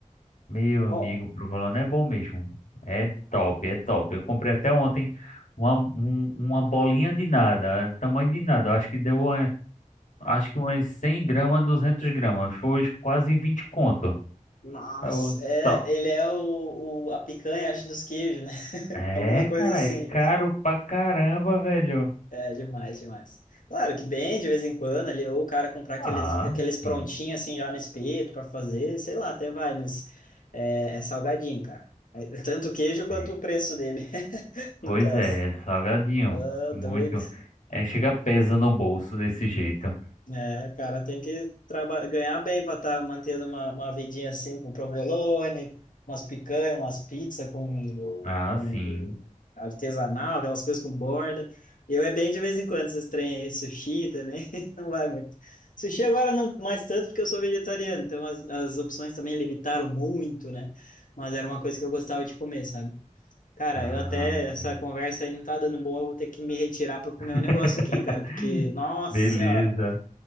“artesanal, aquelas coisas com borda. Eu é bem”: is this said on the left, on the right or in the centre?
Left